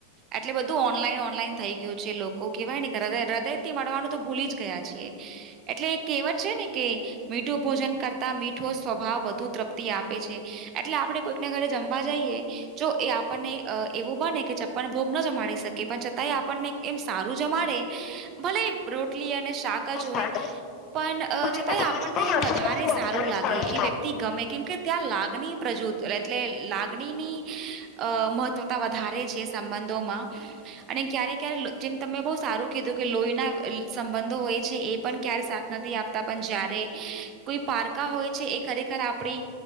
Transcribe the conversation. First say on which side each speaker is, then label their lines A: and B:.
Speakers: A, on the right; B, on the left.
A: એટલે બધું ઓનલાઈન ઓનલાઈન થઈ ગયું છે લોકો કેહેવાય ને હૃદય હૃદય થી મળવાનું તો ભૂલી જ ગયા છીએ એટલે એ કેહેવત છે ને કે મીઠું ભોજન કરતા મીઠો સ્વભાવ વધુ તૃપ્તિ આપે છે એટલે આપડે કોઈકના ઘરે જમવા જઈએ. જો એ આપણને એવું બને કે ચપ્પન ભોગ ન જમાડી શકે પણ છતાંય આપણને એમ સારું જમાડે ભલે રોટ અને શાક જ હોય
B: સાથે
A: પણ
B: મુશ્કેલ
A: છતાંય આપણને એમ વધારે
B: સમયમાં
A: સારું
B: આપણે જોડે
A: લાગે
B: ઉભા હોય
A: એ વ્યક્તિ ગમે કેમ કે ત્યાં લાગણી પ્રજુ એટલે લાગણીની અ મહત્વતા વધારે ધો ક્યારે ક જેમ તમે બ સારું કીધું કે લોહીના સબંધો હોય છે એ પણ ક્યારે સાથ નથી આપતા પણ જયારે કોઈ પારકા હોય એ ખરેખર આપણી